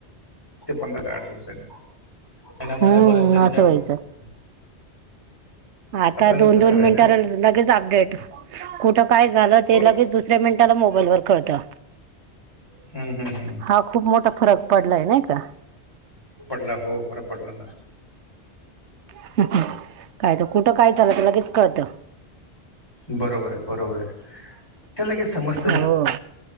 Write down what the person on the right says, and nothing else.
हम्म असं व्हायचं आता
दोन-दोन
मिनिटांला लगेच अपडेट. कुठं काय झालं?
ते
लगेच दुसऱ्या मिनिटाला मोबाईलवर कळतं.
हा खूप मोठा फरक पडलाय नाई का?
<unintelligible> कायच, कुठं काय झालका लगेच कळतं.
हो